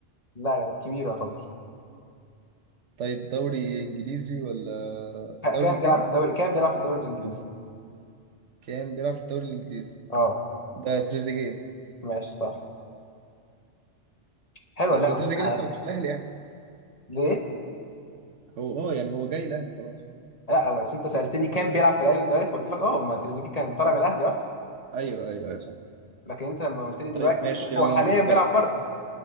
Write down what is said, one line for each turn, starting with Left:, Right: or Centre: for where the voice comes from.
Left: لا كبير يعتبر
Right: طيب دوري إنجليزي ولا دوري
Left: كان
Right: إنجليزي؟
Left: بيلعب في الدوري كان بيلعب في الدوري الانجليزي
Right: كان بيلعب في الدوري الانجليزي
Left: اه
Right: ده تريزيجيه
Left: ماشي صح حلوه
Right: بس
Left: اللعبه
Right: هو تريزيجيه
Left: دي.
Right: لسه
Left: آه،
Right: ما جاش الاهلي يعني
Left: ليه؟
Right: هو اه يعني هو جاي الاهلي خلاص
Left: لا بس انت سالتني كان بيلعب في الاهلي والزمالك فقلت لك اه ما تريزيجيه كان طالع من الاهلي اصلا
Right: ايوه ايوه يا صح
Left: لكن انت لما قلت لي دلوقتي
Right: طيب ماشي
Left: قلت لك
Right: يلا
Left: هو حاليا
Right: انا فكرت
Left: بيلعب بره